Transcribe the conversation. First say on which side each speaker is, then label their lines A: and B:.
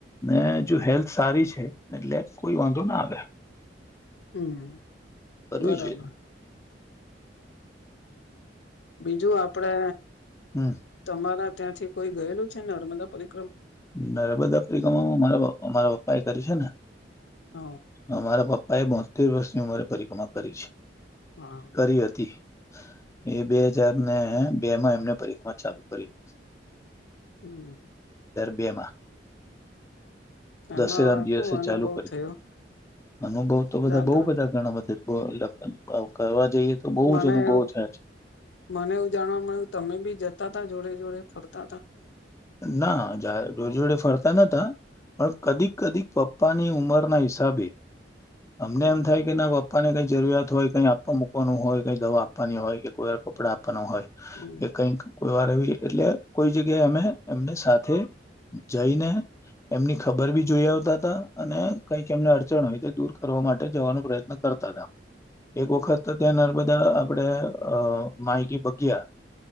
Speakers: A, on the left; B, on the left.
A: ને જો હેલ્થ સારી છે એટલે કોઈ વાંધો ના આવે.
B: હમ
A: કરવી
B: બરાબર.
A: જોઈએ
B: બીજું આપડે
A: હમ
B: તમારા ત્યાંથી કોઈ ગયેલું છે ને નર્મદા પરી
A: નર્મદા પરીક્રમામા મારા બાપા મારા પપ્પા એ કરી છે ને.
B: હ
A: અમારા પપ્પાએ બોતેર વર્ષની ઉંમરે પરિક્રમા કરી છે.
B: હા
A: કરી હતી. એ બે હજારને બે માં એમને પરિક્રમા ચાલુ કરી હતી.
B: હમ.
A: બેમાં.
B: એમાં
A: દશેરા ના દીવસે
B: શું અનુભવ
A: ચાલુ કરી.
B: થયો
A: અનુભવ તો બધા
B: દાદાને
A: બઉુ બધા ઘણા બધા બ લ અવ કરવા જઈએ તો બહુ
B: મને
A: જ અનુભવો
B: એવું
A: થયા છે.
B: મને એવું જાણવા મળ્યું તમે બી જતા તા જોડે જોડે ફરક તાતા.
A: ના જા જોડે જોડે ફરતા નતા. પણ કદીક કદીક પપ્પા ની ઉંમરના હિસાબે અમને
B: હમ
A: એમ થાય કે ના પ આપવાને કંઈ જરિયાત હોય કંઈ આપવા મૂકવાનું હોય કંઈ દવા આપની હોય કે કોઈ વાર કપડાં આપ નાના હોય
B: હમ
A: કે કઈક કોઈ વાર એવી એટલે કોઈ જગ્યાએ અમે એમને સાથે જઈને એમની ખબર ભી જોઈ આવતા હતા અને કઈક એમને અડચણ હોય તે દૂર કરવા માટે જવાનો પ્રયત્ન કર તા તા એક
B: હમ
A: વખત ત્યાં નર્મદા આપડે અ માયકી બગયા